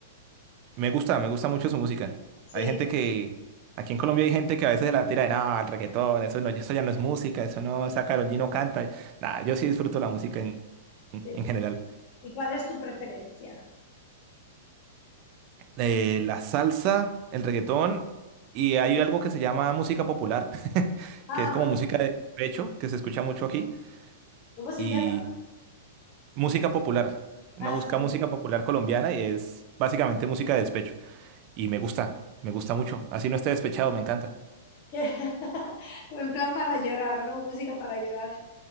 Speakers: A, on the right; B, on the left.
A: me gusta, me gusta mucho su música.
B: sí.
A: Hay gente que, aquí en Colombia hay gente que a veces se la tira de nada, el reggaetón, eso no, eso ya no es música, eso no, esa Karol G no canta. Nada, yo sí disfruto la música en,
B: Sí.
A: en general.
B: ¿Y cuál es tu preferencia?
A: Eh, la salsa, el reggaetón, y hay algo que se llama música popular,
B: Ah,
A: que es como
B: bueno,
A: música de pecho, que se escucha mucho aquí,
B: ¿cómo se
A: y
B: llama?
A: música popular. Uno
B: Ah,
A: busca
B: sí.
A: música popular colombiana y es básicamente música de despecho. Y me gusta, me gusta mucho. Así no esté despechado, me encanta.
B: <laughs> En plan para llorar, ¿no? Música para llorar.